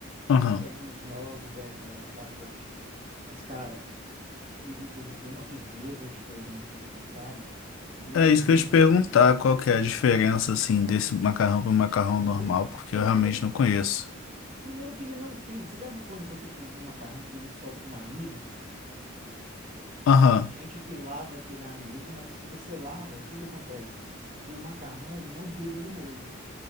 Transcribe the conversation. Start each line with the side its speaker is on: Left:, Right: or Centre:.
Left: Aham.
Right: custa ali uns 9 10 reais o pacote. Mas, cara, ele, ele tem uma firmeza diferente, assim, sabe? Ele
Left: É
Right: é muito
Left: isso que eu ia te perguntar,
Right: gostoso.
Left: qual que é a diferença, assim, desse macarrão para macarrão normal,
Right: Pri-
Left: porque
Right: primeiro,
Left: eu realmente não conheço.
Right: primeiro que ele não tem. Você já viu quando você cozinha um macarrão que ele solta um amido?
Left: Aham,
Right: Tem gente que lava aquele amido, mas se você lava, o que que acontece? O macarrão, ele não gruda no molho.